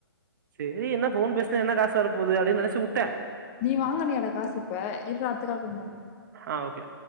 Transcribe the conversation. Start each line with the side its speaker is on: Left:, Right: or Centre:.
Right: சேரி என்ன ஃபோன் பேசுனா என்ன காசு வரப்போது அப்டின்னு நெனச்சிவுட்டே
Left: நீ வாங்குனியாட காசு இப்ப இர்ரா அடுத்த கால் பண்ற
Right: ஆ ஓகே